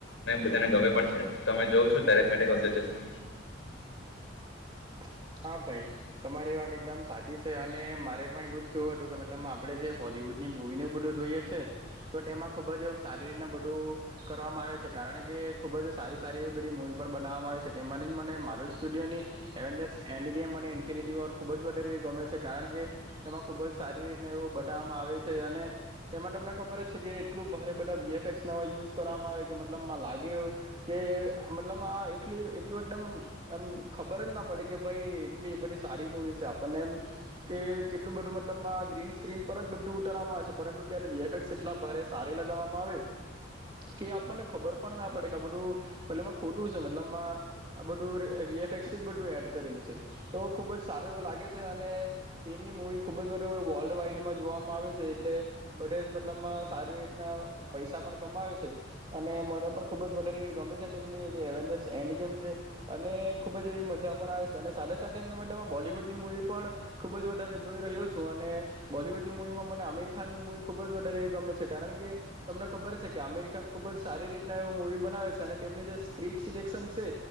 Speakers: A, on the left; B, on the right.
A: બધાને ગમે તમે જોઉ છો ત્યારે મેડશ
B: <unintelligible> હા ભાઈ તમારી વાત એકદમ સાચી છે અને મારે પણ એવું જ કેવું હતું કે મતલબ આપડે જે હોલવુડ <inaudible> મુવીને એવું બધું જોઈએ છે તો તેમાં ખુબ જ એવું સારી રીતના બધું કરવામાં આવે છે કારણ કે ખૂબ જ સારી સારી એવી બધી મુવી પણ બનાવવામાં આવી સ. તેમાંની મને મારુલ સ્ટુડિયોની એવેન્જર્સ એની ગેમ મને ઇન્ફિનિટી ઓર ખુબ જ વધારે એવી ગમે છે કારણ કે એમાં ખુબ જ સારી રીતને એવું બતાવામાં આવ આવે છે. અને તેમાં તમને ખબર જ છે કે એટલું ભારે બધા વીએ ફેકસ નવા યુઝ કરવામાં આવે કે મતલબ લાગે કે મતલબ આ એટલુ એટલું એકદમ એમ ખબર જ ના પડે કે ભઈ એટલી બધી સારી મુવી છે. આપણને એમ કે કેટલું બધું મતલબ ગ્રીન સ્ક્રીન પર જ બધું ઉતારવામાં આવે છે. પરંતુ ત્યારે વીએફેકસ એટલા ભારે સારે લગાવવામાં આવે કે આપણને ખબર પણ ના પડે કે આ બધું મતલબ આ ખોટું છે. મતલબમાં આ બધું વીએફેકસ જ બધું એડ કરેલું સે. તો ખુબ જ સારું એવું લાગે છે અને તેમની મૂવી ખુબ જ બધે વર્લ્ડ વાઈડમાં જોવા વામાં આવે છે એટલે બધે જ મતલબ સારી રીતના પૈસા પણ કમાવે છે. અને મને પણ ખુબ જ વધારે એવી ગમે છે. તેમની જે એવેન્જર્સ એન્ડ ગેમ છે અને ખુબ જ એવી મજા પણ આવે સે છે અને સાથે સાથે મેં મતલબ આ બોલીવુડની મુવી પણ ખુબ જ વધારે જોઈ રહ્યો છું અને બોલીવુડની મુવી એમાં મને આમીરખાન ની મૂવી ખુબ જ વધારે એવી ગમે છે. કારણ કે તમને ખબર છે કે આમીરખાન ખુબ જ સારી રીતના એવું મુવી બનાવે છે અને તેમની જે સ્ક્રિપ સિલેક્શન સે